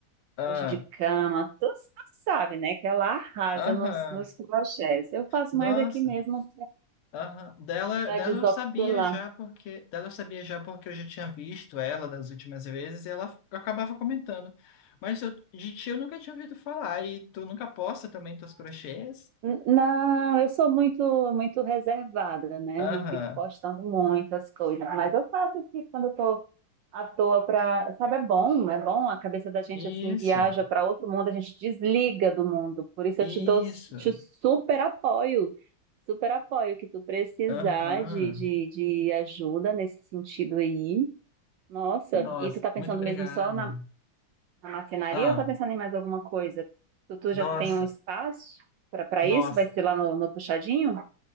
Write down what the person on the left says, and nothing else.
ah,
aham,
nossa.
Aham. Dela,
dela
eu sabia já porque dela eu sabia já porque eu já tinha visto ela das últimas vezes e ela acabava comentando. Mas eu- de ti eu nunca tinha ouvido falar e tu nunca posta também teus crochês?
Aham.
Isso.
Isso.
Aham.
Nossa,
muito obrigado.
Ah,
nossa,
nossa.